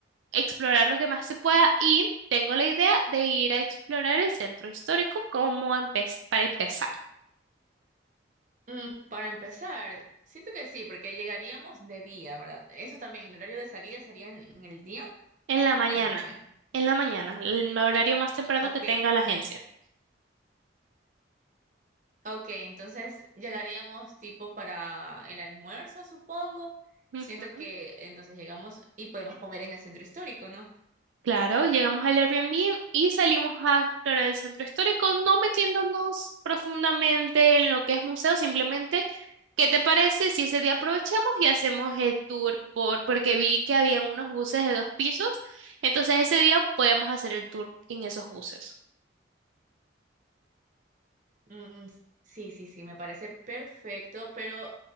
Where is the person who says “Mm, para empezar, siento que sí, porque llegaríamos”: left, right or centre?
Right